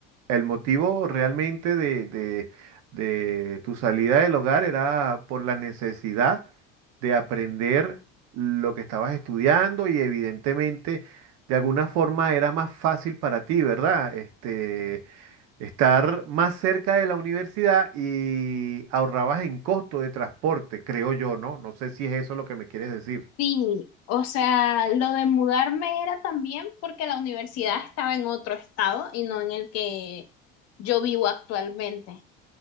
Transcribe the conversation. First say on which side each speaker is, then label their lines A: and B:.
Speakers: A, on the right (about 65°); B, on the left (about 60°).
A: el motivo realmente de, de- de tu salida del hogar era por la necesidad de aprender lo que estabas estudiando y evidentemente de alguna forma era más fácil para ti, ¿verdad? Este, estar más cerca de la universidad y ahorrabas en costo de transporte, creo yo, ¿no? No sé si es eso lo que me quieres decir.
B: Sí, o sea, lo de mudarme era también porque la universidad estaba en otro estado y no en el que yo vivo actualmente.